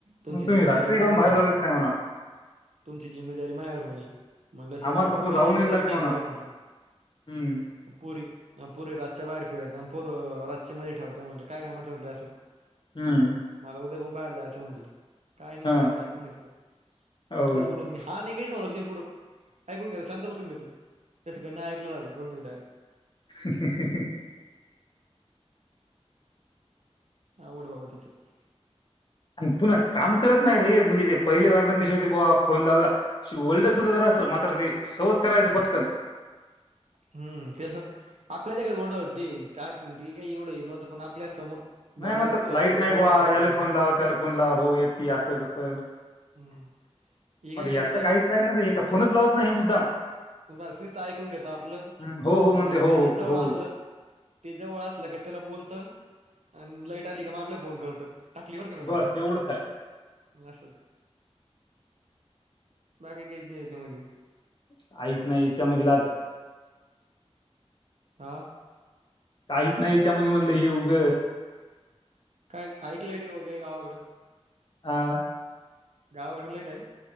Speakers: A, on the right; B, on the left.
A: तुमची
B: मग तुम्ही
A: जिम्मेदारी
B: रात्री
A: मायावर
B: काहून बाहेर
A: म्हणे,
B: जाऊ देत नाही म्हणा.
A: तुमची जिम्मेदारी मायावर म्हणे. म्हटलं सर
B: आम्हाला
A: मग
B: फक्त
A: पूरी
B: जाऊन
A: जिम्मेदारी
B: यायला लागते
A: नाही
B: म्हणा.
A: काय म्हटलं.
B: हं,
A: पोरी पोरी रातच्या बाहेर फिरत्या आणि पोरं रातचे मध्ये ठेवते म्हणलं काय कामाच आहे म्हणल असं.
B: हम्म
A: मला उद्या पण बाहेर जायचं म्हटले. काय नाही
B: हां,
A: बोलत ऐकून घेतलं,
B: हो
A: काहीच
B: का?
A: बोलत नाही हा नाही काहीच बोलत नाही पुढं- ऐकून घेतो शांत बसून घेतो जसं काय ना ऐकलं सारखं करून घेत.
B: हि हि हि
A: अवघड बाब त्याचं
B: आणि पुन्हा काम करत नाही रे, म्हणजे ते पहिले वर्णन कसे होते बो फोन लावला. <unintelligible> तर असं मात्र ते सहज करायचं पटकन.
A: हम्म तेस आपल्या ते काच ड होत ते ते काही एवढं ये नव्हतं पण आपल्या समोर-
B: नाही
A: बोलले
B: मग तर
A: रुबाब
B: लाईट नाही बुवा
A: दाखवते
B: याला
A: बा असं
B: फोन लाव त्याला फोन लाव हो येतती असं तसं-
A: हम्म हे काय
B: मग
A: करतं
B: याच काहीच नाही ना रे हे फोनच लावत नाही हे मुद्दाम.
A: बस नसत ऐकून घेता आपलं
B: हं, हो, हो
A: आणि
B: म्हणते, हो,
A: ते
B: हो,
A: जवळ
B: हो.
A: असलं. ते जवळ असलं की त्याला बोलतं, आणि लाईट आली का मग आपल्याला फोन करतं. टाकली बरका मी
B: बस
A: लाईट.
B: एवढंच आहे.
A: असच बाकी कायच नाही यांच्यामध्ये.
B: काहीच नाही याच्यामधील आज-
A: हा
B: काहीच नाही याच्यामध्ये म्हटलं हे उग
A: काय आहे का लाईटी वगैरे गावाकडं?
B: हा.
A: गावाकडे लाईट आहे?